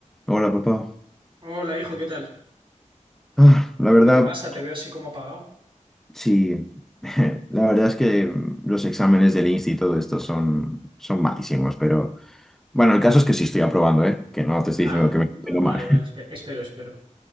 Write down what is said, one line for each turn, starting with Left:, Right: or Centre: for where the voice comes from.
Centre: Hola, papá.
Right: Hola, hijo, ¿qué tal?
Centre: Ah, la verdad,
Right: ¿Qué te pasa? Te veo así como apagado.
Centre: sí. <laughs> La verdad es que mm, los exámenes del INSS y todo esto son, son malísimos, pero bueno, el caso es que sí estoy aprobando, ¿eh? Que no te estoy
Right: Ah,
Centre: diciendo que me tengo
Right: vale,
Centre: mal.
Right: vale,
Centre: <laughs>
Right: espe- espero, espero.